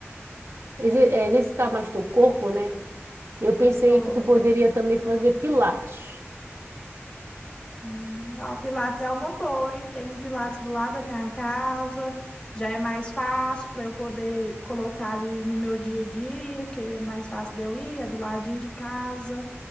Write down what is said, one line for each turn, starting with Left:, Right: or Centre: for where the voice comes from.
Right: exer- é, exercitar mais teu corpo, né? Eu pensei
Left: Tô,
Right: que tu poderia
Left: tô.
Right: também fazer pilates.
Left: Hum, Ó, Pilates é uma boa, hein? Tem um Pilates do lado da minha casa, já é mais fácil para eu poder colocar ali no meu dia a dia, que é mais fácil de eu ir, é do ladinho de casa.